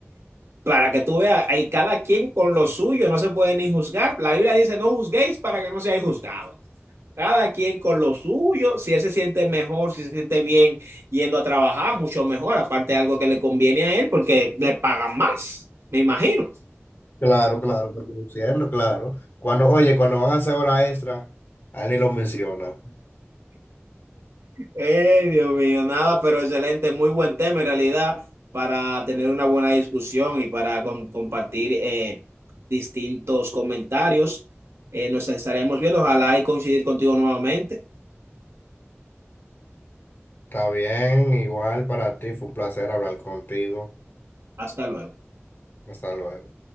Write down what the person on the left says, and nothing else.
Claro, claro, está produciendo, claro. Cuando, oye, cuando van a hacer hora extra, a él ni lo mencionan.
Está bien, igual para ti, fue un placer hablar contigo.
Hasta luego.